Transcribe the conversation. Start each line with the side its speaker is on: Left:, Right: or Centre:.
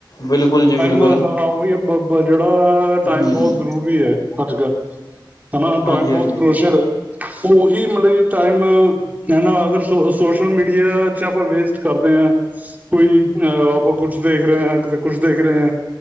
Left: ਬਿਲਕੁਲ ਜੀ ਬਿਲਕੁਲ
Right: ਦੇਖੋ ਹਾਂ ਉਹੀ ਬਬਾ ਜਿਹੜਾ ਟਾਈਮ
Left: ਹਮ
Right: ਬਹੁਤ ਜ਼ਰੂਰੀ ਹੈ, ਅੱਜ ਕੱਲ ਹਨਾ ਟਾਈਮ
Left: ਹਾਂਜੀ
Right: ਬਹੁਤ
Left: ਹਾਂਜੀ
Right: ਕਰੋਸ਼ਰ ਹੈ। ਉਹੀ ਮਤਲਬ ਕਿ ਟਾਈਮ ਹਨਾ ਅਗਰ ਸੋ ਸੋਸ਼ਲ ਮੀਡੀਆ ਚ ਆਪਾਂ ਵੇਸਟ ਕਰਦੇ ਹਾਂ ਕੋਈ ਅਹ ਆਪਾਂ ਕੁਛ ਦੇਖ ਰਹੇ ਹਾਂ ਕਿਤੇ ਕੁਛ ਦੇਖ ਰਹੇ ਹ